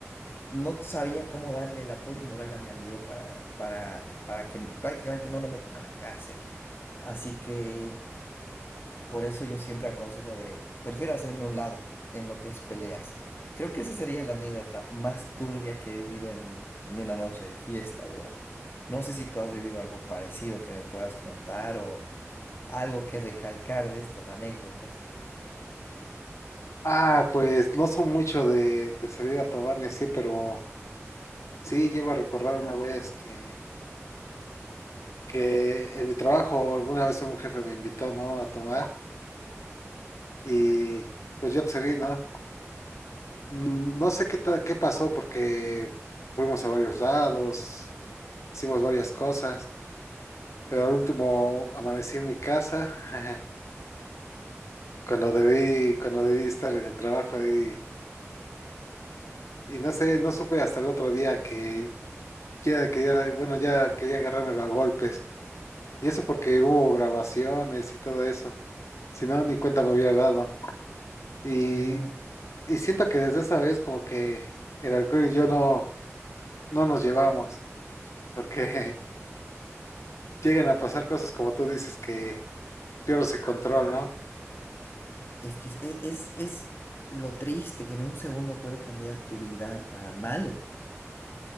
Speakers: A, on the left; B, on the left.
A: no sabía cómo darle el apoyo moral a mi amigo para, para, para que prácticamente no lo metan a la cárcel. Así que por eso yo siempre aconsejo de, prefiero hacerme a un lado en lo que es peleas. Creo que esa sería la anécdota más turbia que he vivido en, en una noche de fiesta, bro. No sé si tú has vivido algo parecido que me puedas contar o algo que recalcar de estas anécdotas.
B: Ah, pues no son mucho de, de salir a tomar ni así, pero Sí, llego a recordar una vez que, que en mi trabajo alguna vez un jefe me invitó, ¿no? A tomar y pues yo te accedí, ¿no? Mm, No sé qué, ta- qué pasó porque fuimos a varios lados, hicimos varias cosas, pero al último amanecí en mi casa <laughs> cuando debí, cuando debí estar en el trabajo y, y no sé, no supe hasta el otro día que ya quería, bueno, ya quería agarrármelo a golpes. Y eso porque hubo grabaciones y todo eso. Si no, ni cuenta me hubiera dado. Y,
A: No.
B: y siento que desde esa vez como que el alcohol y yo no, no nos llevamos, porque <laughs> llegan a pasar cosas como tú dices que pierdes el control, ¿no?
A: Es que es, e, es, es lo triste que en un segundo puede cambiar tu vida para mal,